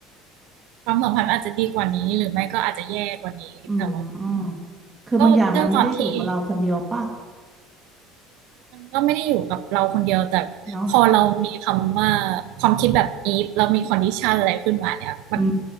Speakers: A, on the right; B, on the right.
A: ความสัมพันธ์อาจจะดีกว่านี้หรือไม่ก็อาจจะแย่กว่านี้แต่ว่า
B: อืมคือบางอย่างมันไม่ได้อยู่กับเราคนเดียวป่ะ
A: ก็ด้วยความที่ มันก็ไม่ได้อยู่กับเราคนเดียวแต่
B: เนาะ
A: พอเรามีคำว่าความคิดแบบ if เรามี condition อะไรขึ้นมาเนี่ยมัน
B: อื